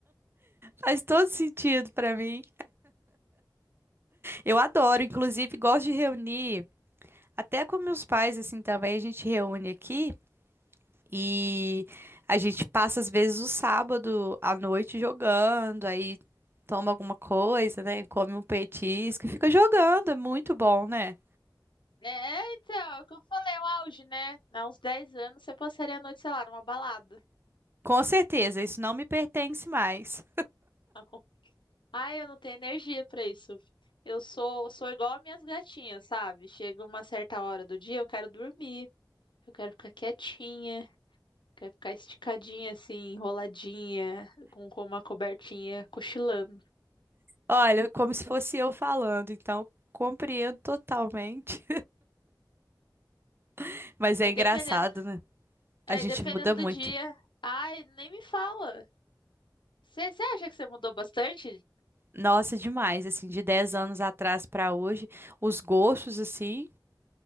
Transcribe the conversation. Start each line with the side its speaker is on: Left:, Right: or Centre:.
Right: Faz todo sentido pra mim. Eu adoro, inclusive gosto de reunir, até com meus pais assim também, a gente reúne aqui e a gente passa às vezes o sábado à noite jogando, aí toma alguma coisa, né? Come um petisco e fica jogando, é muito bom, né?
Left: É, então, é o que eu falei, o auge, né? Há uns 10 anos você passaria a noite, sei lá, numa balada.
Right: Com certeza, isso não me pertence mais.
Left: <laughs> Ai, eu não tenho energia pra isso. Eu sou, sou igual as minhas gatinhas, sabe? Chega uma certa hora do dia, eu quero dormir. Eu quero ficar quietinha, quero ficar esticadinha, assim, enroladinha, com, com uma cobertinha, cochilando.
Right: Olha, como se fosse eu falando, então compreendo totalmente. <laughs> Mas é
Left: Aí
Right: engraçado,
Left: dependendo,
Right: né?
Left: aí
Right: A gente
Left: dependendo
Right: muda
Left: do
Right: muito.
Left: dia, ai, nem me fala. Você acha que você mudou bastante?
Right: Nossa, demais, assim, de 10 anos atrás pra hoje, os gostos, assim,